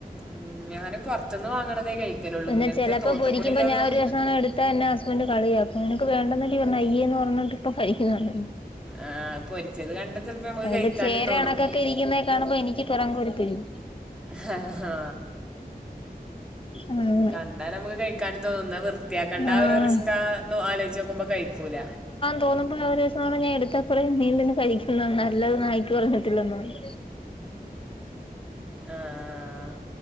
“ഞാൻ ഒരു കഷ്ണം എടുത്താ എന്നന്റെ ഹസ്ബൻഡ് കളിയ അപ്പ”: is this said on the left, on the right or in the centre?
Left